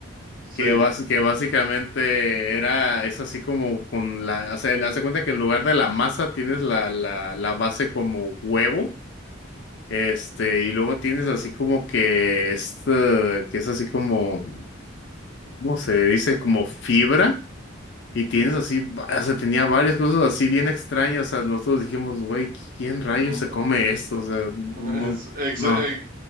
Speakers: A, on the right; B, on the left.
A: sí.
B: que, bas- que básicamente era, es así como con la, o sea, hazte cuenta que en lugar de la masa tienes la, la, la base como huevo. Este, y luego tienes así como que esta, que es así como, ¿cómo se dice? Como fibra, y tienes así, va- o sea, tenía varias cosas así bien extrañas, o sea, nosotros dijimos, güey, ¿quién rayos
A: Mm,
B: se come esto? O sea, no,
A: <laughs> Es ex-
B: no,
A: ex-